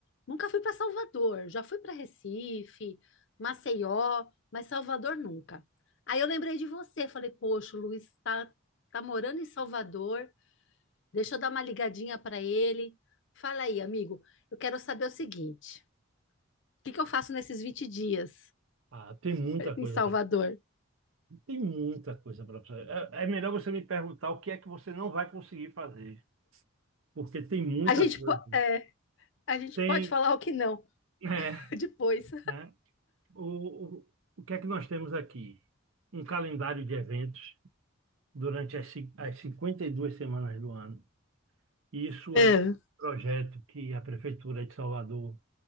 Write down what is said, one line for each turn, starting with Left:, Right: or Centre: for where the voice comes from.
Left: nunca fui para Salvador. Já fui para Recife, Maceió, mas Salvador nunca. Aí eu lembrei de você, falei, poxa, o Luiz está tá tá morando em Salvador, deixa eu dar uma ligadinha para ele. Fala aí, amigo, eu quero saber o seguinte, o que que eu faço nesses 20 dias?
Right: Ah, tem muita coisa
Left: em Salvador.
Right: para tem muita coisa para fazer. É, é melhor você me perguntar o que é que você não vai conseguir fazer, porque tem muita
Left: A gente,
Right: coisa.
Left: é, a gente
Right: Tem,
Left: pode falar o que não
Right: é,
Left: <laughs> depois.
Right: né? O, o, o que é que nós temos aqui? Um calendário de eventos durante as, cin- as 52 semanas do ano. Isso
Left: É.
Right: é um projeto que a Prefeitura de Salvador